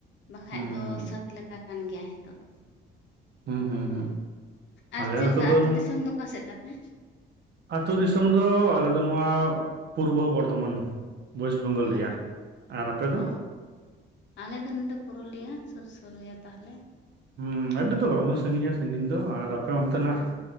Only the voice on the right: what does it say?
ᱦᱩᱸ
ᱦᱩᱸ ᱦᱩᱸ ᱦᱩᱸ
ᱟᱞᱮ
ᱱᱚᱛᱮ
ᱫᱚ
ᱟᱛᱩ ᱫᱤᱥᱚᱢ ᱫᱚ ᱟᱞᱮ ᱫᱚ ᱱᱚᱣᱟ ᱯᱩᱨᱵᱚ ᱵᱚᱨᱫᱷᱚᱢᱟᱱ᱾ ᱳᱭᱮᱥᱴ ᱵᱮᱝᱜᱚᱞ
ᱨᱮᱭᱟᱜ ᱟᱨ ᱟᱯᱮᱫ
ᱫᱚ?
ᱦᱮᱸ ᱟᱹᱰᱤ ᱫᱚ ᱵᱟᱵᱚᱱ ᱥᱟᱺᱜᱤᱧᱟ ᱥᱟᱺᱜᱤᱧ ᱫᱚ ᱟᱨ ᱟᱯᱮ ᱚᱱᱛᱮᱱᱟᱜᱼᱼ